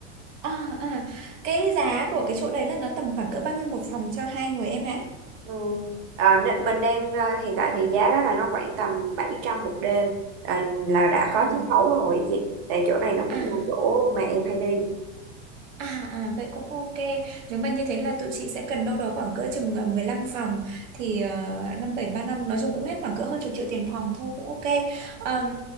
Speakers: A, on the right (about 75°); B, on the right (about 35°).
A: à, à. Cái giá của cái chỗ đấy là nó tầm khoảng cỡ bao nhiêu một phòng cho hai người em hả?
B: Ừ. À, nên mình đang à, hiện tại thì giá đó là nó khoảng tầm 700 một đêm à, là đã
A: À,
B: có chiết khấu rồi chị tại chỗ này nó
A: à.
B: cũng là chỗ mà em hay đi
A: À, à vậy cũng ok. Nếu mà như thế là tụi chị sẽ cần đâu đó khoảng cỡ chừng ờ, 15 phòng thì uh, 5735 nói chung cũng hết khoảng cỡ hơn chục triệu tiền phòng thôi cũng ok. Ờm,